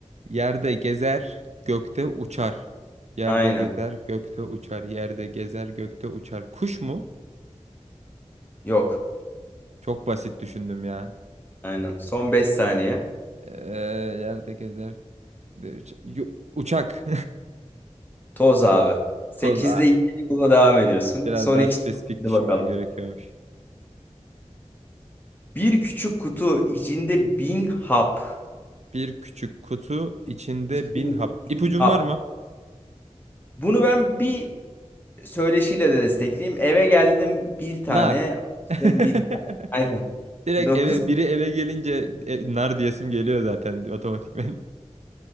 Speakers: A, on the right; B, on the left.
A: Yerde gezer, gökte uçar. Yerde
B: Aynen.
A: gezer, gökte uçar. Yerde gezer, gökte uçar. Kuş mu?
B: Yok.
A: Çok basit düşündüm ya.
B: Aynen. Son 5 saniye.
A: Ee, yerde gezer. de uç- Yo- Uçak.
B: Toz abi. Sekizde
A: <laughs> Toz.
B: 2 yoluna devam ediyorsun.
A: Biraz
B: Son
A: daha
B: 2.
A: spesifik
B: Hadi
A: düşünmem
B: bakalım.
A: gerekiyormuş.
B: Bir küçük kutu içinde bin hap.
A: Bir küçük kutu içinde
B: İçinde
A: bin hap. İpucun
B: bin hap.
A: var mı?
B: Bunu ben bir söyleşiyle de destekleyeyim. Eve geldim bir tane
A: Nar.
B: açtım
A: <laughs>
B: bin tane. Aynen.
A: Direkt
B: Dokuz.
A: eve biri eve gelince e, nar diyesim geliyor zaten otomatikmen.